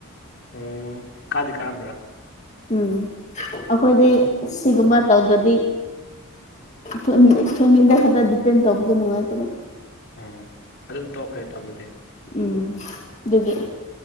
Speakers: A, on the left; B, on the left.
A: ꯑꯣ ꯀꯥꯗꯤ ꯀꯥꯔꯝꯕ꯭ꯔ
B: ꯎꯝ ꯑꯩꯈꯣꯏꯗꯤ ꯁꯤꯒꯨꯝꯕ ꯇꯧꯗ꯭ꯔꯗꯤ ꯁ ꯁꯗ ꯈꯔ ꯗꯕꯦꯟ ꯇꯕꯨꯗ ꯅꯨꯡꯉꯥꯏ ꯇꯕꯣ
A: ꯑꯣ ꯑꯗꯨꯝ ꯇꯧꯈ꯭ꯔꯦ ꯇꯥꯝꯃꯣꯗꯤ
B: ꯎꯝ ꯑꯗꯨꯗꯤ